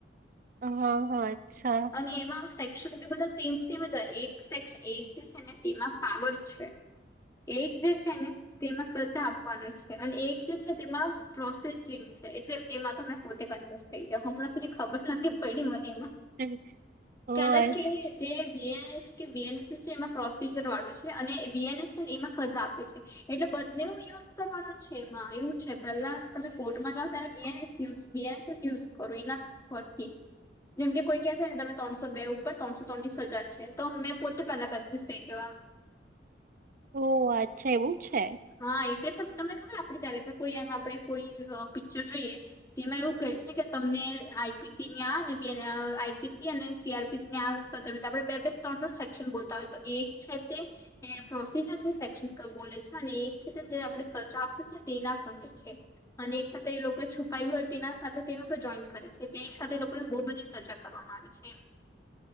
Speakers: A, on the right; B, on the left.
A: હા હા અચ્છા.
B: અને એમાં સેક્શન બધા સેમ સેમ જ એક સેક્શન એક જે છે ને તેમાં પાવર છે. એક જે છે ને તેમાં સ્વચા આપવાનો છે. અને એક જે છે તેમાં પ્રોસેજિંગ છે એટલે એમાં તો મેં પોતે કન્ફ્યઝ થઈ જાઉં હમણાં સુધી ખબર નથી પયડી મને એમાં.
A: <inaudible>
B: કારણ
A: અચ્છા
B: કે જે બીએન એસ કે બીએનએસ એસ છે. એમાં પ્રોસીજર વાળું છે અને બીએનએસ છે ને એમાં સજા આપે છે. એટલે બધને યુઝ કરવાનું છે એમાં એવું છે. પેલા તમે કોર્ટમાં જાાવ ત્યારે બેનેયુ બસ યુઝ કરો એના પરથી જેમકે કોઈ ક છે ને તમે ત્રણસો બે ઉપર ત્રણસો ત્રણની સજા છે. તો મેમે પોતે પેલા બીસ થઈ જવા
A: ઓહ અચ્છા એવું છે.
B: હા એ તો તમને ખબર આપે ચારેકર કોઈ આમ આપણે કોઈ પિક્ચર જોઈએ તેમાં એવું કહે છે કે તમને આઈપીસી આ આઈપીસી અને સીઆરપીસી ન્યા સજાવ ત આપ બેબ ધ સેક્શન બતા હો તો એક સાથે પ્રોસીજર છે. શૈક્ષણિક બોલે છે. એક છે જે આપણે સજા આપત છેને તેના કર છે અને એક સાથે એ લોકો છ પ તેના સાથે તે લોકો પણ જોઈન કરે છે એક સાથે લોકોને બહુ બધી સજા કરવામાં આવે છે.